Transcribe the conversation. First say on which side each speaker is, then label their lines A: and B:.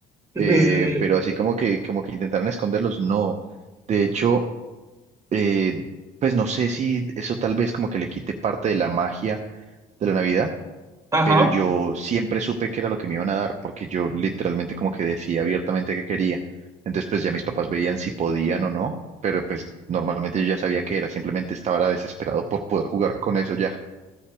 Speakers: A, on the right; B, on the right.
A: <laughs>
B: Eh,
A: Sí,
B: pero así como que, como que intentaron esconderlos, no. De hecho, eh, pues no sé si eso tal vez como que le quite parte de la magia de la Navidad
A: ajá.
B: pero yo siempre supe que era lo que me iban a dar, porque yo literalmente como que decía abiertamente que quería. Entonces, pues ya mis papás veían si podían o no, pero pues normalmente yo ya sabía que era, simplemente estaba era desesperado por poder jugar con eso ya.